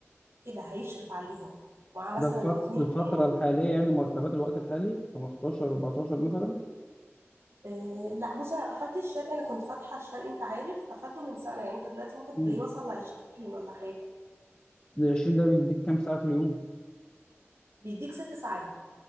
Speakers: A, on the right; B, on the left.
A: كده هيشرف عليهم معاه مثلا
B: ده الفت...
A: اتنين
B: الفترة
A: تاني
B: الحالية يعني مرتبات الوقت الحالي 15 14 مثلا
A: آه لا بص أنا قفلت الشرقي أنا كنت فاتحة الشرقي أنت عارف قفلته من سنة يعني أنت دلوقتي ممكن
B: امم
A: تلاقيه وصل ل 20 ولا حاجة
B: ال 20 ده بيديك كام ساعة في اليوم؟
A: بيديك ست ساعات